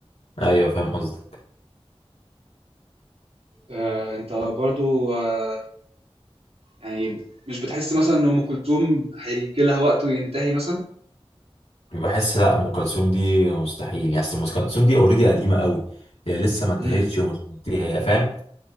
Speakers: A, on the left; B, on the right.
A: ايوه فاهم قصدك
B: آه، انت برضو آه، يعني مش بتحس مثلا ان ام كلثوم هيجي لها وقت وينتهي مثلا
A: بحس لا ام كلثوم دي مستحيل يعني أصل ام كلثوم دي اوريدي قديمه قوي هي لسه ما انتهتش
B: امم
A: ومش هي فاهم